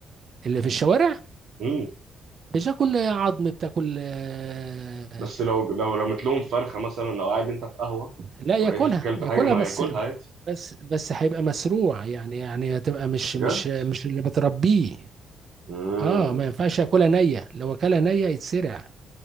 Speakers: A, on the right; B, on the right.
A: اللي في الشوارع
B: امم
A: بتاكل عظم بتاكل آه،
B: بس لو لو رميت لهم فرخه مثلا لو قاعد انت في قهوه
A: لا
B: ولقيت
A: ياكلها
B: الكلب
A: ياكلها
B: حاجه ما
A: بس
B: هياكلها عادي
A: بس بس هيبقى مسروع يعني يعني هتبقى مش
B: بجد
A: مش مش اللي بتربيه
B: امم
A: اه ما ينفعش ياكلها نيه لو اكلها نيه يتسرع